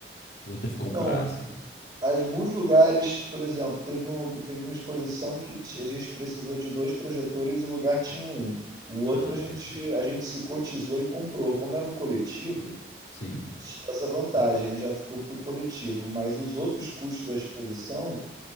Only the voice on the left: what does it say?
ou teve que comprar
assim?
Ah,
interessante.
Sim,